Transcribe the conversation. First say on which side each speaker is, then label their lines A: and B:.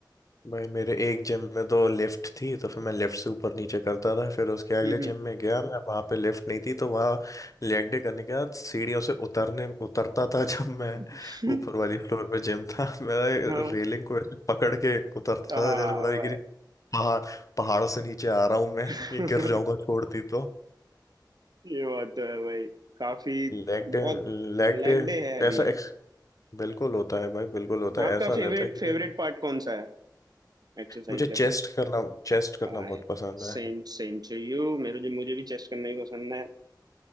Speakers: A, on the left (about 45°); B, on the right (about 55°).
A: भाई मेरे एक जिम में तो लिफ्ट थी तो फिर मैं लिफ्ट से ऊपर नीचे करता था फिर उसके अगले
B: हम्म
A: जिम में गया मैं वहां पे लिफ्ट नहीं थी तो वहां लेग डे करने के बाद सीढ़ियों से उतरने उतरता था जब मैं
B: हम्म।
A: ऊपर वाली फ्लोर पे जिम था <laughs> मैं
B: <laughs> हाँ
A: रेलिंग को ऐसे पकड़ के उतरता
B: हाँ
A: था जैसे पता
B: भाई
A: नहीं किसी पहाड़ पहाड़ से नीचे आ रहा हूं मैं
B: <laughs>
A: ये गिर जाऊंगा छोड़ती तो
B: ये बात तो है भाई काफी
A: लेग
B: बहुत
A: डे लेग
B: लेग
A: डे
B: डे है अभी
A: ऐसा
B: ये
A: ex- बिल्कुल होता है भाई बिल्कुल होता है
B: आपका
A: ऐसा रहता
B: फेवरेट
A: है कि
B: फेवरेट
A: जैसे
B: पार्ट कौन सा है एक्सरसाइज
A: मुझे चेस्ट
B: करते तो
A: करना चेस्ट करना
B: हाँ
A: बहुत पसंद
B: सेम
A: है
B: सेम टू यू मेरे जो मुझे भी चेस्ट करना ही पसंद है